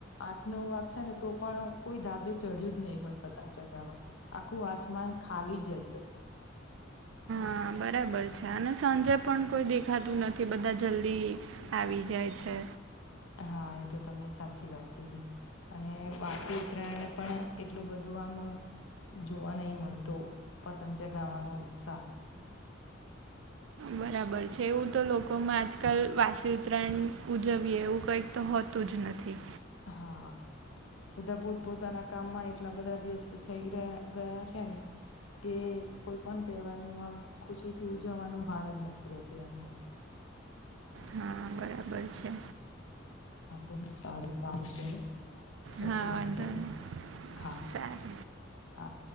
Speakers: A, on the left (about 80°); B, on the right (about 70°).
A: આઠ, નવ વાગશે ને તો પણ કોઈ ધાબે ચડ્યું જ નહી હોય પતંગ ચગાવવા, આખું આસમાન ખાલી જ હશે.
B: હા બરાબર છે. અને સાંજે પણ કોઈ દેખાતું નથી બધા જલ્દી આવી જાય છે.
A: હા એ તો તમે સાચી વાત કીધી. અને વાસી ઉત્તરાયણને પણ એટલું બધું આમ જોવા નહીં મળતો પતંગ ચગાવાનો ઉત્સાહ.
B: બરાબર છે એવું તો લોકોમાં આજકાલ વાસી ઉત્તરાયણ ઉજવીએ એવું કંઈક તો હોત તું જ નથી.
A: હા. બધા પોત પોતાના કામમાં એટલા બધા વ્યસ્ત થઈ રહ્યા ગયા છે, ને. કે કોઈ પણ તહેવાર નું આમ, ખુશી થી ઉજવવાનું ભાન જ નથી રેતું એમને.
B: હા, બરાબર છે.
A: હા, સારું સારું ચલો. પછી
B: હા
A: વાત
B: વાંધો
A: કરીએ,
B: નહીં
A: હા,
B: સારું
A: હા.